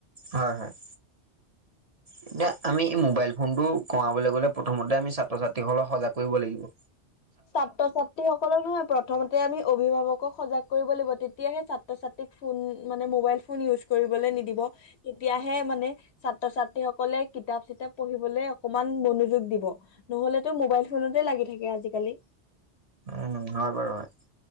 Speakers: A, on the right; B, on the left.
A: হয়ঁ হয়ঁ এতিয়া আমি মোবাইল- ফোনটো কমাবলৈ গ'লে প্ৰথমতে আমি ছাত্ৰ ছাত্ৰীসকলক সজাগ কৰিব লাগিব।
B: ছাত্ৰ ছাত্ৰী সকলক নহয় প্ৰথমতে আমি অভিভাৱকক সজাগ কৰিব লাগিব তেতিয়াহে ছাত্ৰ ছাত্ৰী- ফোন মানে মোবাইল ফোন ইউজ কৰিবলৈ নিদিব। তেতিয়াহে মানে ছাত্ৰ ছাত্ৰী সকলে কিতাপ চিতাপ পঢ়িবলৈ অকমান মনোযোগ দিব। নহলেটো মোবাইল ফোননতেই লাগি থাকে আজিকালি।
A: উমঁ হয় বাৰু হয়